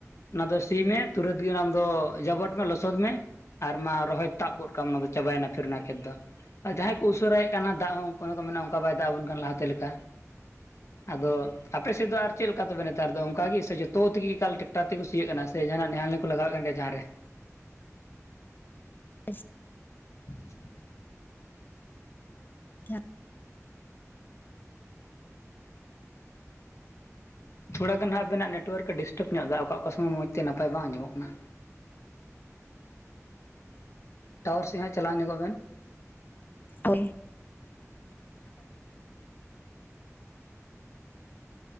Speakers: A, on the left; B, on the left.
A: ᱚᱱᱟ ᱫᱚ ᱥᱤ ᱢᱮ ᱛᱩᱨᱟᱹᱛ ᱜᱮ ᱚᱱᱟ ᱫᱚ ᱡᱟᱵᱚᱴ ᱢᱮ ᱞᱚᱥᱚᱫ ᱢᱮ᱾ ᱟᱨ ᱢᱟ ᱨᱚᱦᱚᱭ ᱛᱟᱵ ᱜᱚᱫ ᱠᱟᱜ ᱢᱟ ᱚᱱᱟ ᱫᱚ ᱪᱟᱵᱟᱭ-ᱱᱟ ᱯᱷᱮᱨ ᱚᱱᱟ ᱠᱷᱮᱛ ᱫᱚ᱾ ᱟᱨ ᱡᱟᱦᱟᱸᱭ ᱠᱚ ᱩᱥᱟᱹᱨᱟᱭ ᱭᱮᱜ ᱠᱟᱱᱟ ᱫᱟᱜ ᱦᱚᱸ <unintelligible> ᱢᱮᱱᱟ ᱚᱱᱠᱟ ᱵᱟᱭ ᱫᱟᱜ ᱟᱵᱚᱱ ᱠᱟᱱᱟ ᱞᱟᱦᱟ ᱛᱮ ᱞᱮᱠᱟ᱾ ᱟᱫᱚ ᱟᱯᱮ ᱥᱮᱫ ᱫᱚ ᱟᱨ ᱪᱮᱫ ᱞᱮᱠᱟ ᱛᱚᱵᱮ ᱱᱮᱛᱟᱨ ᱫᱚ ᱚᱱᱠᱟ ᱜᱮ ᱥᱮ ᱡᱚᱛᱚ ᱛᱮ ᱜᱮ ᱮᱠᱟᱞ ᱴᱮᱠᱴᱟᱨ ᱛᱮᱜᱮ ᱠᱚ ᱥᱤ-ᱭᱮᱜ ᱠᱟᱱᱟ ᱥᱮ ᱡᱟᱦᱟᱱ-ᱟᱜ <unintelligible> ᱠᱚ ᱞᱟᱜᱟᱣᱮᱜ ᱠᱟᱱ ᱜᱮᱭᱟ ᱡᱟᱦᱟᱸ ᱨᱮ
B: <inaudible>
A: <inaudible>
B: ᱟᱪᱪᱷᱟ
A: ᱛᱷᱚᱲᱟ ᱜᱟᱱ ᱦᱟᱸᱜ ᱟᱵᱮᱱᱟᱜ ᱱᱮᱴᱚᱣᱟᱨᱠ ᱮ ᱰᱤᱥᱴᱟᱵᱽ ᱧᱚᱜ ᱮᱫᱟ ᱚᱠᱟ ᱚᱠᱟ ᱥᱚᱢᱚᱭ ᱢᱚᱡᱽ ᱛᱮ ᱱᱟᱯᱟᱭ ᱵᱟᱝ ᱟᱸᱡᱚᱢᱚᱜ ᱠᱟᱱᱟ ᱴᱟᱣᱟᱨ ᱥᱮᱫ ᱦᱟᱸᱜ ᱪᱟᱞᱟᱣ ᱧᱚᱜᱚᱜ ᱵᱮᱱ᱾
B: ᱦᱳᱭ,